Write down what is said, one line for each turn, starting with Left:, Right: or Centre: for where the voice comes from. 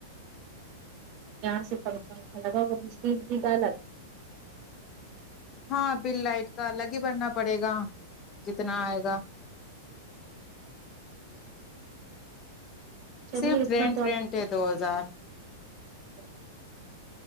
Right: یہاں سے وہ بجلی بجلی کا الگ
Left: ہاں بل لائٹ کا الگ ہی بننا پڑے گا جتنا آئے گا
Right: چلیے
Left: صرف
Right: اتنا
Left: رینٹ
Right: تو آپ
Left: رینٹ
Right: نے کر
Left: ہے دو ہزار
Right: دیا،